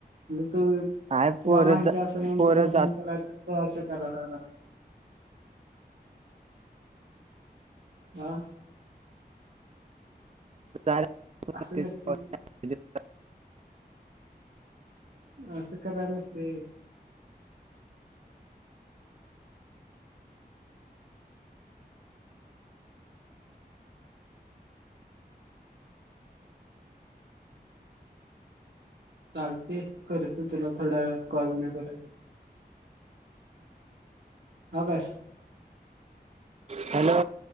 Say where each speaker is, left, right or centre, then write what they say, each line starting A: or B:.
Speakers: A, on the right; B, on the right.
A: तु
B: काय
A: तुला
B: पोर
A: माहिती असेल म्हणून
B: पोर
A: तुला फोन
B: जात
A: केला तर तू आसं क रा रा रा आं
B: <unintelligible>
A: असं नसते असं कराय नसते. चालतंय, करतो तुला थोड्या वेळात कॉल मी परत. हां काय.
B: हॅलो,